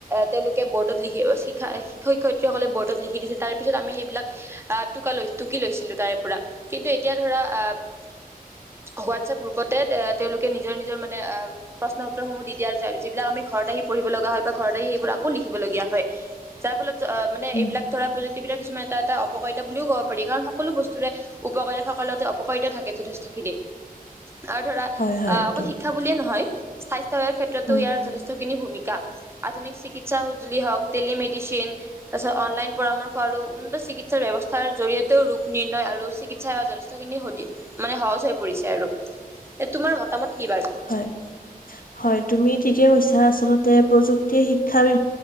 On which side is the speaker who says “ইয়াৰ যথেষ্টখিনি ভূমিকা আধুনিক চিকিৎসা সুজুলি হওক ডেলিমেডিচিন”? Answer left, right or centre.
Right